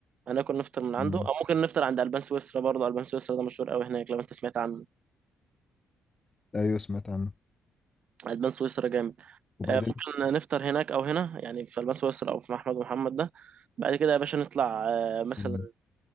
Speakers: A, on the right; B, on the left.
A: هناكل نفطر من عنده
B: امم
A: او ممكن نفطر عند البان سويسرا برضه البان سويسرا ده مشهور قوي هناك لو انت سمعت عنه
B: ايوه سمعت عنه
A: البان سويسرا جامد
B: وبعدين
A: آه، ممكن نفطر هناك او هنا يعني في البان سويسرا او في احمد ومحمد ده بعد كده يا باشا نطلع آه، مثلا
B: امم